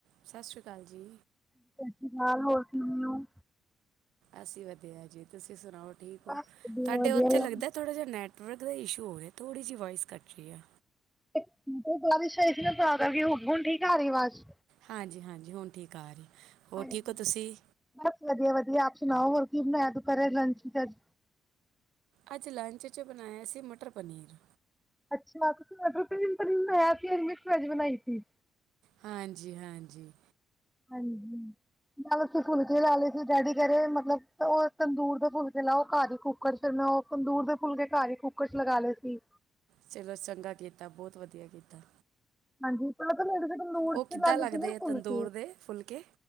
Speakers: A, on the right; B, in the centre.
A: ਸਤਿ ਸ਼੍ਰੀ ਅਕਾਲ ਜੀ।
B: ਫਿਲਹਾਲ ਹੋਰ ਕਿਵੇਂ ਹੋ?
A: ਅਸੀਂ ਵਧੀਆ ਜੀ ਤੁਸੀਂ ਸੁਣਾਓ ਠੀਕ ਹੋ?
B: ਬਸ ਵਧੀਆ
A: ਤੁਹਾਡੇ
B: ਵਧੀਆ
A: ਉੱਥੇ ਲੱਗਦਾ ਥੋੜਾ ਜਿਹਾ ਨੈੱਟਵਰਕ। ਦਾ ਇਸ਼ੂ ਹੋਇਆ ਥੋੜ੍ਹੀ ਜਿਹੀ ਵੋਇਸ ਕਟ ਰਹੀ ਆ।
B: ਤੇ ਉਹ ਬਾਰਿਸ਼ ਆਈ ਸੀ ਨਾ ਤਾਂ ਕਰਕੇ ਹੁਣ ਠੀਕ ਆ ਰਹੀ ਅਵਾਜ਼।
A: ਹਾਂਜੀ -ਹਾਂਜੀ, ਹੁਣ ਠੀਕ ਆ ਰਹੀ ਹੋਰ
B: ਹਾਂਜੀ
A: ਠੀਕ ਹੋ ਤੁਸੀਂ?
B: ਬਸ ਵਧੀਆ ਵਧੀਆ ਆਪ ਸੁਣਾਓ ਹੋਰ ਕੀ ਬਣਾਇਆ ਦੁਪਹਿਰੇ ਲੰਚ ਚ ਅੱਜ?
A: ਅੱਜ ਲੰਚ 'ਚ ਬਣਾਇਆ ਸੀ ਮਟਰ ਪਨੀਰ।
B: ਅੱਛਾ, ਤੁਸੀਂ ਮਟਰ ਪਨੀਰ-ਪਨੀਰ ਬਣਾਇਆ ਸੀ। ਅਸੀਂ ਮਿਕਸ ਵੈਜ ਬਣਾਈ ਸੀ।
A: ਹਾਂਜੀ-ਹਾਂਜੀ।
B: ਹਾਂਜੀ, ਨਾਲ ਅਸੀ ਫੁਲਕੇ ਖਾ ਲਏ ਸੀ, ਡੈਡੀ ਜਿਹੜੇ ਮਤਲਬ ਉਹ ਤੰਦੂਰ ਦੇ ਫੁੱਲਕੇ ਲਾਉ ਘਰ ਹੀ ਕੁੱਕਰ ਚ, ਫਿਰ ਮੈਂ ਉਹ ਤੰਦੂਰ ਦੇ ਫੁੱਲਕੇ ਘਰ ਹੀ ਮੈ ਕੁੱਕਰ ਚ ਲਗਾ ਲੈਂਦੀ।
A: ਚਲੋ ਚੰਗਾ ਕੀਤਾ ਬਹੁਤ ਵਧੀਆ ਕੀਤਾ।
B: ਹਾਂਜੀ, ਪਹਿਲੇ ਤੁਸੀਂ ਤੰਦੂਰ
A: ਉਹ
B: ਚ
A: ਕਿੱਦਾਂ
B: ਲਾਂਦੇ
A: ਲੱਗਦੇ
B: ਸੀ ਨਾ
A: ਆ
B: ਫੁਲਕੇ
A: ਤੰਦੂਰ ਦੇ ਫੁਲਕੇ